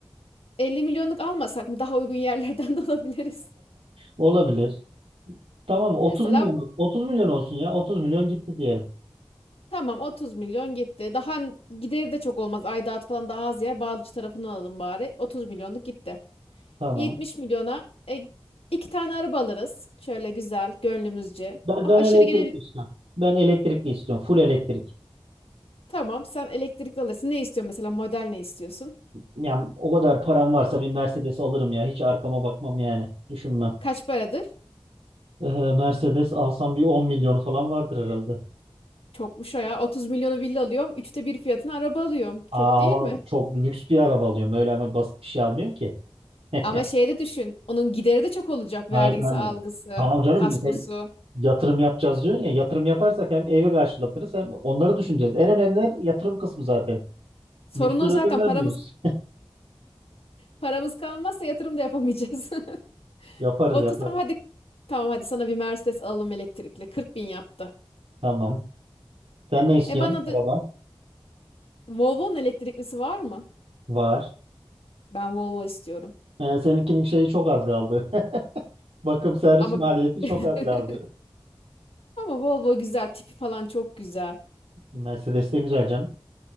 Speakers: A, on the left (about 75°); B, on the right (about 85°).
A: 50 milyonluk almasak mı? Daha uygun yerlerden <laughs> de alabiliriz.
B: Olabilir. Tamam Otuz
A: Mesela
B: milyon Otuz milyon olsun ya. 30 milyon gitti diyelim.
A: tamam 30 milyon gitti. Daha hem gideri de çok olmaz. Aidatı falan daha az yer. Bağlıcı tarafını alalım bari. 30 milyonluk gitti.
B: Tamam.
A: 70 milyona e, iki tane araba alırız. Şöyle güzel, gönlümüzce.
B: Ben,
A: Ama
B: ben
A: aşırı
B: elektrikli
A: genel
B: istiyorum. Ben elektrikli istiyorum. Full elektrik.
A: tamam sen elektrikli alırsın. Ne istiyorsun mesela? Model ne istiyorsun?
B: Yani o kadar param varsa bir Mercedes alırım ya. Hiç arkama bakmam yani. Düşünmem.
A: Kaç paradır?
B: Ee, Mercedes alsam bir 10 milyonu falan vardır herhalde.
A: Çokmuş o ya. 30 milyonu villa alıyorum. Üçte bir fiyatına araba alıyorum.
B: Aa,
A: Çok değil
B: ama
A: mi?
B: çok lüks bir araba alıyorum. Öyle ama basit bir şey almıyorum ki. <laughs>
A: Ama şeye de düşün. Onun gideri de çok olacak. Vergisi,
B: Aynen, aynen.
A: algısı,
B: Tamam canım
A: kaskosu.
B: sen yatırım yapacağız diyorsun ya. Yatırım yaparsak hem evi karşılatırız hem onları düşüneceğiz. En önemli yatırım kısmı zaten.
A: Sorun
B: Lüksten
A: o zaten.
B: ödün vermiyoruz.
A: Paramız paramız kalmazsa yatırım da yapamayacağız. <laughs>
B: <laughs> Yaparız
A: 30
B: yaparız.
A: tamam hadi. Tamam hadi sana bir Mercedes alalım elektrikli. 40 bin yaptı.
B: Tamam. Sen ne istiyorsun?
A: E bana da
B: Araba
A: Volvo'nun elektriklisi var mı?
B: var.
A: Ben Volvo istiyorum.
B: Yani seninkinin şeyi çok az kaldı. <laughs> Bakım servis
A: Ama
B: maliyeti çok
A: <laughs>
B: az kaldı.
A: ama Volvo güzel. Tipi falan çok güzel.
B: Mercedes de güzel canım.